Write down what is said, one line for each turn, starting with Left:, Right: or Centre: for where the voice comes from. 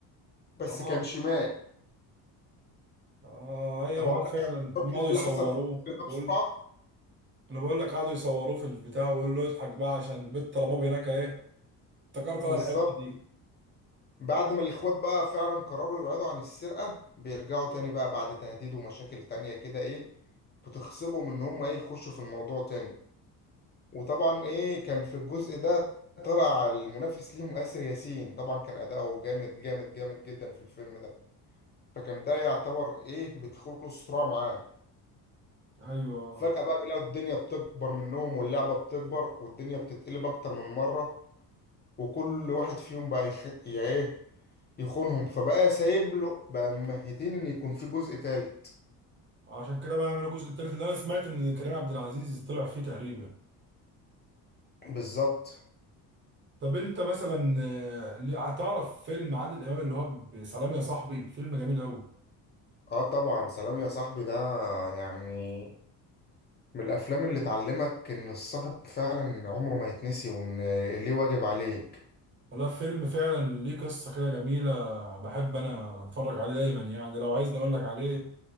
Left: بس
Right: اه
Left: كان شمال
Right: اه ايوه
Left: طب كده
Right: ما هو فعلا اما قعدوا يصوروه
Left: اللي حصل في مصر ده
Right: بقول
Left: بسرعة
Right: انا بقول لك قعدوا يصوروه في البتاع ويقول له اضحك بقى عشان البت رباب هناك ايه افتكرت
Left: بالظبط
Right: انا الحته دي
Left: بعد ما الإخوات بقى فعلا قرروا يبعدوا عن السرقة بيرجعوا تاني بقى بعد تهديد ومشاكل تانية كده إيه بتخصبهم إن هم إيه يخشوا في الموضوع تاني وطبعا إيه كان في الجزء ده طلع المنافس ليهم آسر ياسين طبعا كان أداؤه جامد جامد جامد جدا في الفيلم ده فكان ده يعتبر إيه بيدخلوا الصراع معاه
Right: ايوه
Left: فجأة بقى بيلاقوا الدنيا بتكبر منهم واللعبة بتكبر والدنيا بتتقلب أكتر من مرة وكل واحد فيهم بقى يخ... يعني ايه يخونهم فبقى سايب له بقى ممهدين ان يكون في جزء تالت
Right: عشان كده بقى عملوا الجزء التالت اللي انا سمعت ان كريم عبد العزيز طلع فيه تقريبا
Left: بالظبط
Right: طب انت مثلا آه، ليه- هتعرف فيلم عادل امام اللي هو ب- سلام يا صاحبي فيلم جميل قوي
Left: اه طبعا سلام يا صاحبي ده يعني من الافلام اللي تعلمك ان الصاحب فعلا عمره ما يتنسي وان ليه واجب عليك
Right: والله فيلم فعلا ليه قصة كده جميلة بحب انا اتفرج عليه دايما يعني لو عايزني اقول لك عليه